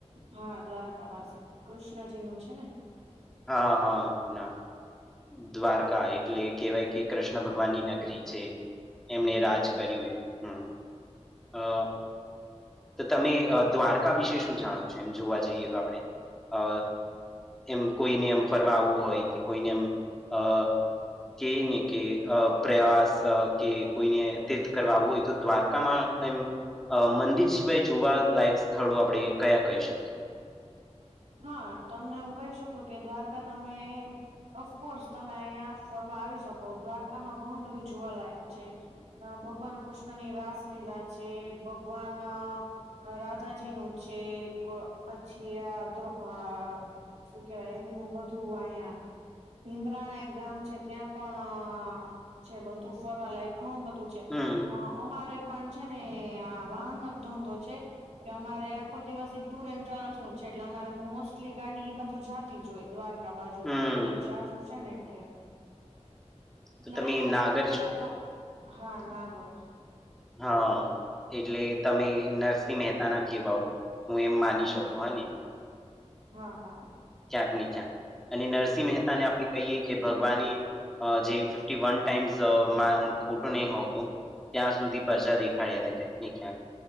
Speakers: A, on the right; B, in the centre.
A: હા, દ્વારકા પાસે કૃષ્ણજી નું છે ને.
B: હા, હા, ના. દ્વારકા એટલે કેહેવાય કે કૃષ્ણ ભગવાનની નગરી છે. એમણે
A: હમ.
B: રાજ કર્યું એ હમ અ તો તમે દ્વારકા વિશે શું જાણો છો? એમ જોવા જઈએ તો આપણે. અ એમ કોઈને એમ ફરવાવું હોય કે, કોઈને એમ અ કે ને કે, પ્રવાસ કે, કોઈને તીર્થ કરવાવું હોય, તો દ્વારકામાં એમ મંદિર સિવાય જોવા લયક સ્થળો આપણેે કયા કહી શકીએ?
A: હા, તમને હું કહી શકું કે દ્વારકા તમે ઓફકોર્સ તમે અહિયાં ફરવા આવી શકો, દ્વારકામાં ઘણું બધું જોવાલાયક છે. અ ભગવાન કૃષ્ણની રાસ લીલા છે, ભગવાન રાધાજી નું છે પછી આો હ, શું કેવાય? એમનું બધું અહંયા ભીમરાણા એક ગામ છે, ત્યાં પણ છે, બધું ફરવા લાયયક ઘણું બધું.
B: હમ
A: અમારે પણ છે ને, આ વાહન નો ધંધો છે. કે અમારે આખો દિવ ટુર એન્ડ ટ્રાવેલ્સનું છે, એટલે અમારે મોસ્ટલી ગાડી એબાજુ જતીજ હોય, દ્વારકા. બાજુ
B: હમ
A: ટુરલ ચસું છે ને, એટલે. એટલે
B: તો તમે
A: અહીં
B: નાગર
A: સૌથી પેલાતો
B: છો
A: હા, નાગર.
B: હા, એટલે તમે નરસિંહ મહેતાના કેહેવાઓ. હું એમ માની
A: હા
B: શકું હાને.
A: હા હા.
B: ચાકની ચાક, અને નરસિંહ મહેતાને આપણે કહીએ કે ભગવાને. જે ફિફ્ટી વન ટાઈમ્સ ખોટું નહ હોતું. ત્યાં સુધી પ્રજા દેખાડ્યા હતા ક્યાંક ને ક્યાંક,